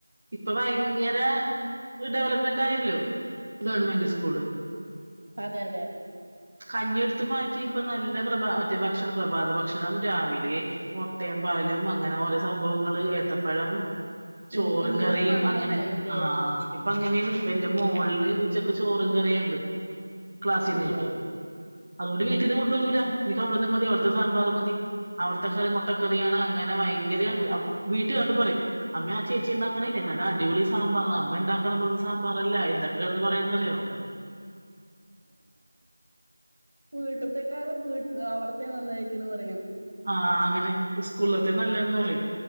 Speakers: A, on the right (about 25°); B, on the right (about 75°).
A: ഇപ്പൊ ഭയങ്കര ഡെവലപ്മെന്റ് ആയല്ലോ ഗവൺമെന്റ്
B: ഉം
A: സ്കൂള്
B: അതെ അതെ
A: കഞ്ഞിയെടുത്ത് മാറ്റി ഇപ്പ നല്ല പ്രഭ മറ്റേ ഭക്ഷണ പ്രഭാത ഭക്ഷണം രാവിലെ മുട്ടയും പാലും അങ്ങനെ ഓരോ സംഭവങ്ങള് ഏത്തപ്പഴം ചോറും
B: ഉം ഉം
A: കറിയും
B: ഇപ്പൊ അങ്ങനെയൊക്കെ
A: അങ്ങനെ
B: ആയില്ലേ
A: ആ അപ്പ അങ്ങനെയ ഇപ്പ എന്റെ മോളിന് ഉച്ചക്ക് ചോറും കറിയുണ്ട് ക്ലാസ്സിന്ന്
B: ഓ
A: കിട്ടു അതുകൊണ്ട് വീട്ടിന്ന് കൊണ്ടുപോകില്ല എനിക്ക് അവിടുന്ന് മതി അവിടുത്തെ സാമ്പാർ മതി അവിടുത്തെ കറി മുട്ടക്കറിയാണ് അങ്ങനെ ഭയങ്കര വീട്ടിൽ വന്നിട്ട് പറയും അമ്മ ആ ചേച്ചി എന്താക്കണല്ലേ നല്ല അടിപൊളി സാമ്പാർ മ്മ ഉണ്ടാക്കണ പോലത്തെ സാമ്പാറല്ല എന്തൊക്കെ കിടന്ന് പറയാന്നറിയോ.
B: വീട്ടത്തെേക്കാൾ വീ അവിടത്തെ നന്നായിരിക്കണ പറ
A: ആ അങ്ങനെ സ്കൂളത്തെ നല്ലത് എന്ന് പറയും.